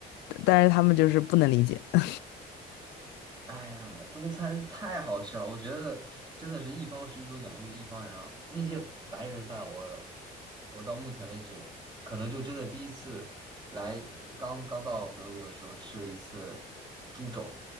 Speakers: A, on the left (about 85°); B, on the right (about 25°).
A: 但是他们就是不能理解。<laughs>
B: 哎呀，中餐太好吃了，我觉得真的是一方水土养育一方人啊。那些白人饭我，我到目前为止，可能就真的第一次来，呃刚刚到德国的时候吃了一次猪肘，